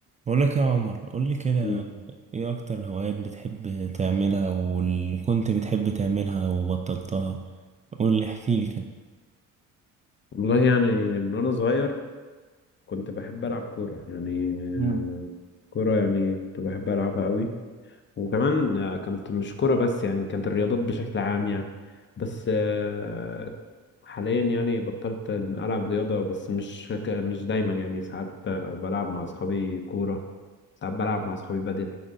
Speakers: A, on the right; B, on the left.
A: بقول لك يا عمر قول لي كده
B: مم.
A: ايه اكتر هوايات بتحب تعملها واللي كنت بتحب تعملها وبطلتها قول لي احكي لي كده
B: والله يعني من وانا صغير كنت بحب العب كوره يعني آه،
A: مم.
B: كوره يعني كنت بحب العبها قوي وكمان آه، كانت مش كوره بس يعني كانت الرياضات بشكل عام يعني بس آه، حاليا يعني بطلت العب رياضه بس مش ك- مش دايما يعني ساعات آه، بلعب مع اصحابي كوره ساعات بلعب مع اصحابي بدل